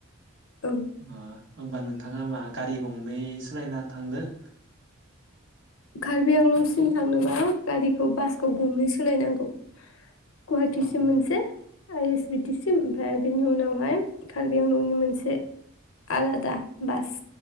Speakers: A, on the left; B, on the right.
A: ओं
B: मा होमबा नों नोंथाङा मा गारि गंनै सोलायना थांगोन?
A: कार्बि आंलंसिम थांनोबा गारिखौ बासखौ गंनै सोलायनांगौ। गुवाहाटीसिम
B: अ
A: मोनसे। आइ एस बि टि सिम ओमफाय बेनि उनावहाय कार्बि आंलंनि मोनसे आलादा बास